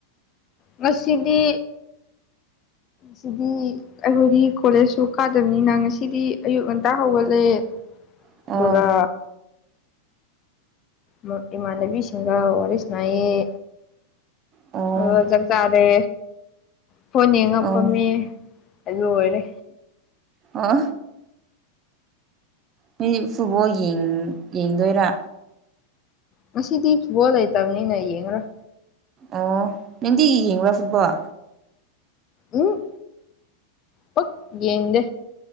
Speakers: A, on the left; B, on the right.
A: ꯉꯁꯤꯗꯤ ꯁꯤꯗꯤ ꯑꯩꯈꯣꯏꯗꯤ ꯀꯣꯂꯦꯖꯁꯨ ꯀꯥꯗꯕꯅꯤꯅ ꯉꯁꯤꯗꯤ ꯑꯌꯨꯛ ꯉꯟꯇꯥ ꯍꯧꯒꯠꯂꯦ
B: ꯑꯣ
A: ꯗꯨꯒ ꯃꯨꯛ ꯏꯃꯥꯟꯅꯕꯤꯁꯤꯡꯒ ꯋꯥꯔꯤ ꯁꯥꯟꯅꯩꯌꯦ
B: ꯑꯣ
A: ꯑꯗꯨꯒ ꯆꯥꯛ ꯆꯥꯔꯦ ꯐꯣꯟ ꯌꯦꯡꯉ
B: ꯑꯣ
A: ꯐꯝꯃꯦ ꯂꯣꯏꯔꯦ
B: ꯍꯥ ꯅꯣꯏ ꯐꯨꯠꯕꯣꯜ ꯌꯦꯡ ꯌꯦꯡꯗꯣꯏꯔꯥ
A: ꯉꯁꯤꯗꯤ ꯐꯨꯠꯕꯣꯜ ꯂꯩꯇꯕꯅꯤꯅ ꯌꯦꯡꯉꯔꯣꯏ
B: ꯑꯣ ꯅꯪꯗꯤ ꯌꯦꯡꯕ꯭ꯔꯥ ꯐꯨꯠꯕꯣꯜ
A: ꯎꯝ ꯄꯛ ꯌꯦꯡꯗꯦ